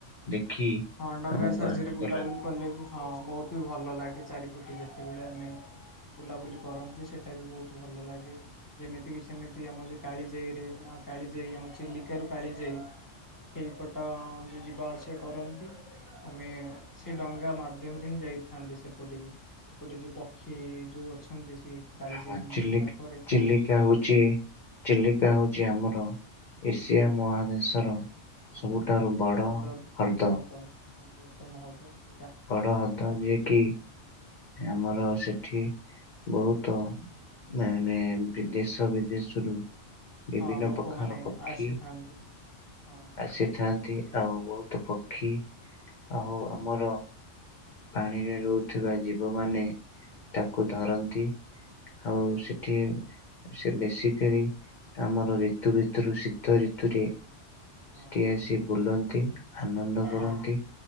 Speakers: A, on the left; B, on the left.
A: ଦେଖି
B: ହଁ ଡଙ୍ଗା
A: ଆମକୁ
B: ସାହାଯ୍ୟରେ
A: ଆନନ୍ଦ
B: ବୁଲାବୁଲି
A: ଲାଗେ
B: କଲେ ବି ହଁ ବହୁତ ବି ଭଲ ଲାଗେ ଚାରିପଟେ ଯେତେବେଳେ ଆମେ ବୁଲାବୁଲି କରନ୍ତି ସେଟା ବି ବହୁତୁ ଭଲ ଲାଗେ ଯେମିତି କିି ସେମିତି ଆମ ଯୋଉ କାଳିଯାଇରେ କାଳିଯାଇ ଆମ ଚିଲିକାରୁ କାଳିଯାଇ ସେଇପଟ ଯ ଯଉ ଯିବା ଆସିବା କରନ୍ <inaudible> ଆମେ ସେ ଡଙ୍ଗା ମାଧ୍ୟମରେ ହିଁ ଯାଇଥାନ୍ତି ସେପଟିକି ସେପଟେ ଯୋଉ ପକ୍ଷୀ ଯୋଉ ଅଛନ୍ତି ସେ। କାଳିଜାଇଙ୍କ
A: ହଁ ଚିଲକ୍-
B: ପାଖରେ
A: ଚିଲିକା
B: ହଁ
A: ହଉଛି ଚିଲିକା
B: ହଁ
A: ହଉଛି ଆମର ଏସିଆ
B: ହଁ।
A: ମହାଦେଶର।
B: ହଁ
A: ସବୁଠାରୁ ବଡ
B: ସବୁଠାରୁ
A: ହ୍ରଦ
B: ବୃହତ ହଁ ବୃହତ ମହଦଶ।
A: ବଡ ହଦ ଯିଏ କିି
B: ହୁଁ
A: ଆମର ସେଠି ବହୁତ ମାନେ ବି ଦେଶ ବିଦେଶରୁ। ବିଭିନ୍ନ
B: ହଁ ଲୋକମାନେ
A: ପ୍ରକାର ପକ୍ଷୀ
B: ଆସିଥାନ୍ତି। ହଁ
A: ଆସିଥାନ୍ତ ଆଉ ବହୁତ
B: ହୁଁ
A: ପକ୍ଷୀ
B: ହୁଁ
A: ଆଉ ଆମର ପାଣିରେ ରହୁଥିବା ଜୀବ ମାନେ
B: ହଁ
A: ତାକୁ ଧରନ୍ତି। ଆଉ
B: ହଁ
A: ସେଠି ସେ ବେଶିକିରି ଆମର ରି ଋତୁ ଋତୁରୁ ଶୀତ ଋତୁରେ
B: ହଁ
A: ସେଠି ଆସି ବୁଲନ୍ତି। ଆନନ୍ଦ
B: ହଁ
A: କରନ୍ତି